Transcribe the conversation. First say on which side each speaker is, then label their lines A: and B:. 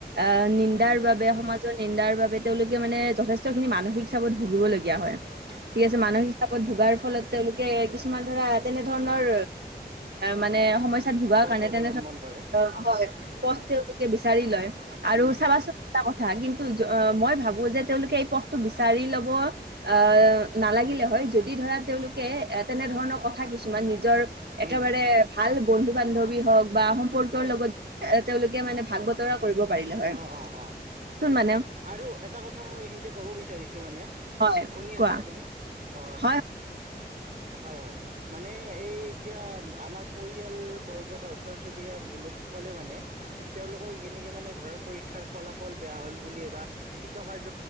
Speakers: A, on the right; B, on the right.
A: আহ নিন্দাৰ
B: উম
A: বাবে
B: উম
A: সমা জৰ নিন্দাৰ বাবে তেওঁলোকে মানে যথেষ্টখিনি মানসিক চাপত ভুগিবলগীয়া হয়। ঠিক
B: হয়
A: আছে মানসিক চাপত ভোগাৰ ফলত তেওঁলোকে কিছুমান ধৰা তেনে ধৰণৰ মানে সমস্যাত ভোগাৰ
B: পথ
A: কাৰণে
B: অৱলম্বন
A: তেনে ধৰণৰ
B: কৰে উম
A: পথ তেওঁলোকে বিচাৰি লয়
B: উম
A: আৰু
B: হম
A: চাবাচো টা কথা কিন্তু মই ভাবো যে তেওঁলোকে এই পথটো বিচাৰি ল'ব আ নালাগিলে হয় যদ দি ধৰা তেওঁলোকে এ তেনেধৰণৰ কথা কিছুমান নিজৰ
B: উম
A: একেবাৰে
B: উম
A: ভাল বন্ধুবান্ধৱী হওক বা সম্পৰ্কৰ
B: হয়
A: লগত এ তেওঁলোকে মানে ভাগ বত তৰা কৰিব পাৰিলে হয়,
B: অ অ অ
A: সোন মানেয়ব
B: আৰু এটা কথা মই এইখিনিতে ক'ব বিচাৰিছো মানে
A: হয়
B: শুনি
A: কোৱা
B: আছানে তুমি? অ
A: হয়
B: হয় হয়। মানে এই এতিয়া আমাৰ পৰিয়াল বৰ্গ বা ওচৰ চুবুৰীয়া লোকসকলেও মানে তেওঁলোকক এনেকে মানে ধৰা পৰীক্ষাৰ ফলাফল বেয়া হ'ল বুলি বা কৃতকাৰ্য